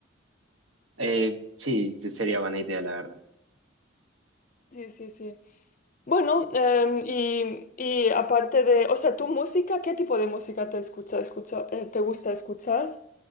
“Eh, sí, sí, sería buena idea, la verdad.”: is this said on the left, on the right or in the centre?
Right